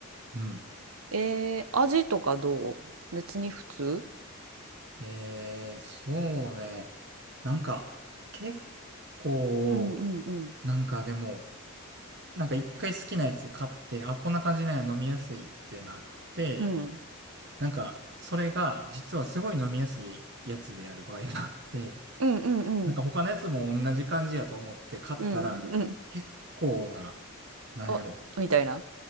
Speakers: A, on the right; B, on the right.
A: うん。
B: えー、味とかどう別に普通
A: えー、そうね、なんか、結構、
B: うんうんうん。
A: なんかでも、なんか一回好きなやつ買って、あ、こんな感じなんや飲みやすいってなって、
B: うん。
A: なんか、それが、実はすごい飲みやすいやつである場合があって、
B: うんうんうん。
A: なんか他のやつも同じ感じやと思って買ったら、
B: うんうん
A: 結構な、なんやろ、
B: お、みたいな。